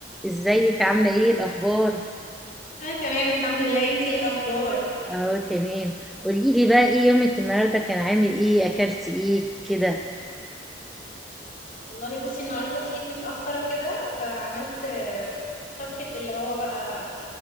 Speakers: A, in the centre; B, on the left.
A: ازيك عاملة ايه الأخبار؟
B: انا تمام الحمد لله انتي ايه الاخبار
A: اهو تمام قوليلي بقى ايه يومك النهاردة كان عامل ايه أكلت ايه كده
B: والله بصي النهارده صحيت متاخره كده فعملت آه، طبخه اللي هو بقى